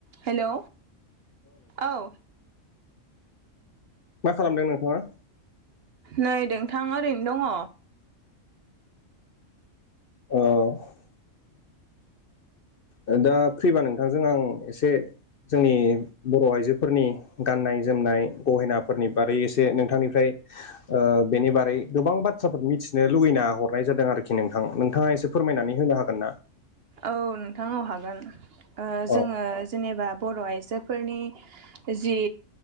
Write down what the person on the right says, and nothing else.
हेलौ औ।
नै नोंथां ओरैनो दङ।
औ नोंथां औ हागोन ओ जोङो
जेनेबा बर' आइजोफोरनि जि